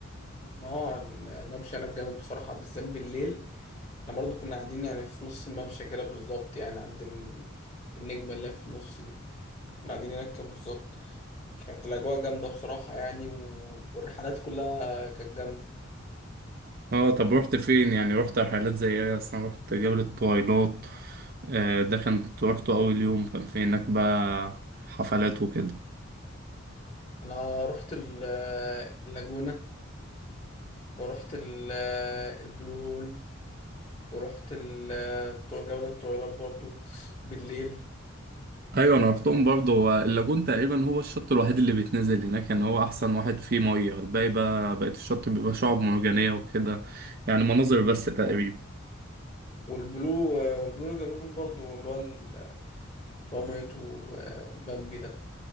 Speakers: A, on the left; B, on the right.
A: اه الممشى هناك جامد بصراحة بالذات بالليل احنا برضو كنا قاعدين يعني في نص الممشى كده بالظبط يعني عند ال... النجمة اللي هي في النص دي كنا قاعدين هناك كده بالظبط كانت الأجواء جامدة بصراحة يعني و... والرحلات كلها كانت جامدة
B: اه طب رحت فين يعني رحت رحلات زي ايه اصلا رحت جبل الطويلات آه ده كان روحته اول يوم كان في هناك بقى حفلات وكده
A: أنا رحت ال- آه، اللاجونة ورحت ال- البلو هول ورحت ال- جولة الطويلات برضو بالليل
B: ايوه انا رحتهم برضه هو اللاجون تقريبا هو الشط الوحيد اللي بيتنزل هناك ان هو احسن واحد فيه ميه الباقي بقى بقيت الشط بيبقى شعاب مرجانيه وكده يعني مناظر بس تقريبا
A: آه. والبلو والبلو لاجون برضو اللي هو ال- اللي هو ميته آه، بامبي ده